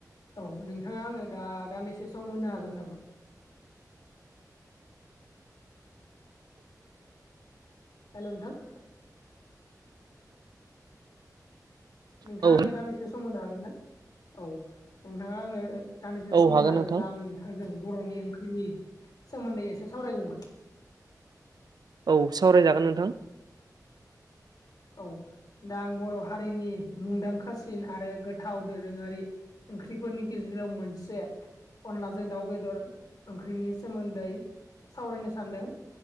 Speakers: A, on the left; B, on the right.
A: औ नोंथाङा आंनो दा दान्दिसे सम होनो हागोन नामा? हेल नोंथां नोंथाङा
B: औ
A: आंनो दानदिसे सम होनो हागोन ना औ नोंथाङा आंनो दान्दिसे
B: औ
A: सम
B: हागोन
A: होनो हायोब्ला
B: नोंथां
A: आं नोंथांजों बर'नि ओंख्रिनि सोमोन्दै एसे सावरायगौमोन।
B: औ सावरायजागोन नोंथां।
A: औ दा आं बर' हारिनि मुंदांखासिन आरो गोथाव दोरोङारि ओंख्रिफोरनि गेजेराव मोनसे अनलाजों दाउ बेदर ओंख्रिनि सोमोन्दै सावरायनो सानदों।